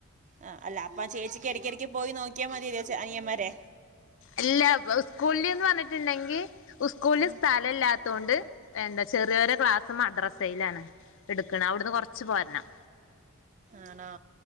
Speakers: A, on the right (about 35°); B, on the left (about 60°).
A: ആഹ് അല്ല അപ്പാ ചേച്ചിക്ക് എടക്കെടക്ക് പോയി നോക്കിയാ മതിലൊ ച്ചെ അനിയമ്മാരെ.
B: ഇല്ല സ്കൂളില്ന്ന് പറഞ്ഞ്ട്ട്ണ്ടെങ്കി ഉസ്കൂളില്
A: ഉം
B: സ്ഥലം ഇല്ലാത്തോണ്ട് എന്താച്ച ചെറ്യോരെ ക്ലാസ്സ് മദ്രസേലാണ് ഇടക്ക്ണഹ് അവടന്ന് കൊറച്ച് പോരണം.
A: ആണോ?